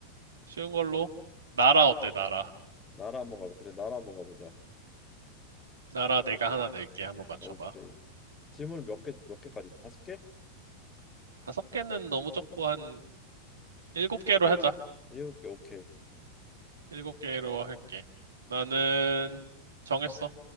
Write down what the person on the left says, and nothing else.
나라 한번 가보. 그래, 나라 한번 가보자.
오케이. 질문 몇 개, 몇 개까지? 다섯 개?
일곱 개. 오케이.